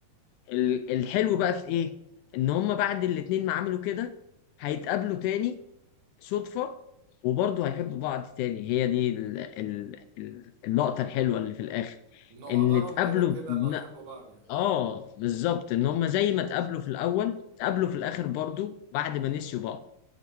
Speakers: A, on the left; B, on the right.
A: ال- الحلو بقى في ايه ان هما بعد الاتنين ما عملوا كده هيتقابلوا
B: م?
A: تاني صدفة وبرضه هيحبوا بعض تاني هي دي ال... ال... ال- اللقطة الحلوة اللي في الاخر
B: انه
A: ان
B: قدرهم
A: اتقابلوا
B: كده كده
A: ن-
B: انه يحبوا بعض يعني
A: اه بالظبط ان هما زي ما اتقابلوا في الاول اتقابلوا في الاخر برضه بعد ما نسيوا بعض